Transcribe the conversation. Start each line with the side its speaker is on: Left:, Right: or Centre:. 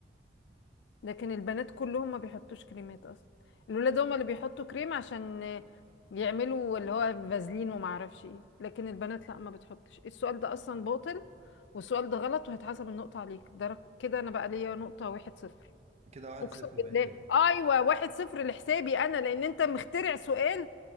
Left: لكن البنات كلهم ما بيحطوش كريمات اصلا الولاد هم اللي بيحطوا كريم عشان يعملوا اللي هو فازلين وما اعرفش ايه لكن البنات لا ما بتحطش السؤال ده اصلا باطل والسؤال ده غلط وهيتحسب النقطة عليك ده كده انا بقى ليا نقطة واحد صفر
Right: كده واحد
Left: اقسم
Right: صفر
Left: بالله
Right: بقت يعني
Left: ايوه واحد صفر لحسابي انا لان انت مخترع سؤال